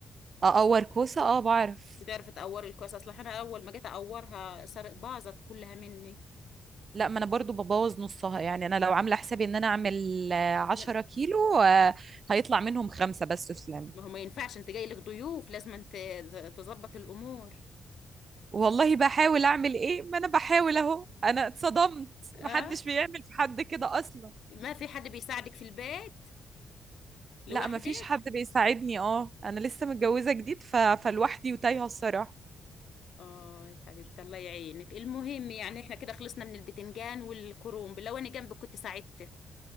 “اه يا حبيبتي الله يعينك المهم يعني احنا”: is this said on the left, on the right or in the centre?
Left